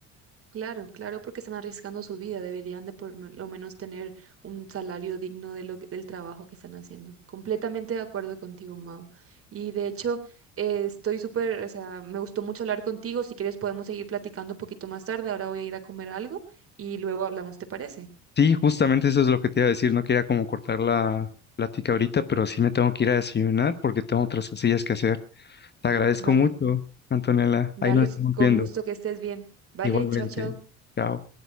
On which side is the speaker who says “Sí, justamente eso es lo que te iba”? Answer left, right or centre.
Left